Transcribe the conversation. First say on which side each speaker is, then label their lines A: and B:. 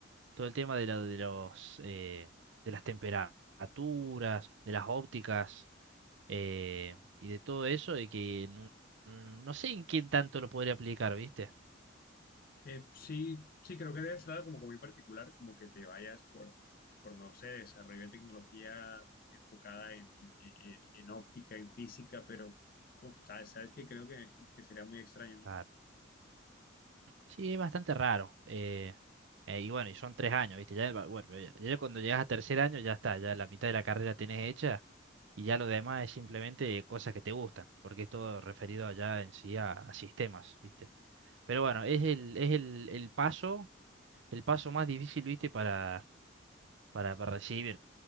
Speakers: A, on the right (about 70°); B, on the left (about 45°).
A: todo el tema de, la- de los eh, de las temperaturas, de las ópticas eh, y de todo eso, y que no, no- no sé en quién tanto lo podría aplicar, ¿viste?
B: Eh, sí, sí, creo que debe ser algo como que muy particular, como que te vayas por, por no sé, desarrollo de tecnología enfocada en, en- en- en óptica, en física, pero uf, sabes, sabes que creo que, que sería muy extraño, ¿no?
A: Claro. Sí, es bastante raro. eh, eh, y bueno, y son tres años, ¿viste? Ya, va- bueno, ya ya cuando llegas a tercer año ya está, ya la mitad de la carrera tenés hecha y ya lo demás es simplemente cosas que te gustan, porque es todo referido allá en sí a, a sistemas, ¿viste? Pero bueno, es el, es el, el paso, el paso más difícil, ¿viste? Para, para, para recibir.